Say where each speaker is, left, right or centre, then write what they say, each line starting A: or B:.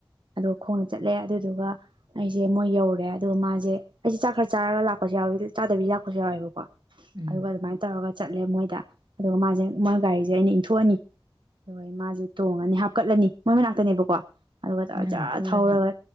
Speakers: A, on the right; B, on the right.
A: ꯑꯗꯨꯒꯣ ꯈꯣꯡꯅ ꯆꯠꯂꯦ ꯑꯗꯨꯏꯗꯨꯒ ꯑꯩꯁꯦ ꯃꯣꯏ ꯌꯧꯔꯦ ꯑꯗꯨꯒ ꯃꯥꯁꯦ ꯑꯩꯁꯦ ꯆꯥꯛ ꯈꯔ ꯆꯥꯔꯒ ꯂꯥꯛꯄꯁꯨ ꯌꯥꯎꯋꯦ ꯆꯥꯗꯕꯤ ꯂꯥꯛꯄꯁꯨ ꯌꯥꯎꯋꯦꯕꯀꯣ
B: ꯎꯝ
A: ꯑꯗꯨꯒ ꯑꯗꯨꯃꯥꯏꯅ ꯇꯧꯔꯒ ꯆꯠꯂꯦ ꯃꯣꯏꯗ ꯑꯗꯨꯒ ꯃꯥꯁꯦ ꯃꯣꯏ ꯒꯥꯔꯤꯁꯦ ꯑꯩꯅ ꯏꯟꯊꯣꯛꯑꯅꯤ ꯑꯗꯨꯒ ꯃꯥꯁꯦ ꯇꯣꯡꯉꯅꯤ ꯍꯥꯞꯀꯠꯂꯅꯤ ꯉꯥꯛꯅꯦꯕꯀꯣ ꯑꯗꯨꯒꯖ
B: ꯅꯪꯅ ꯊꯧꯔꯅꯤ
A: ꯊꯧꯔꯒ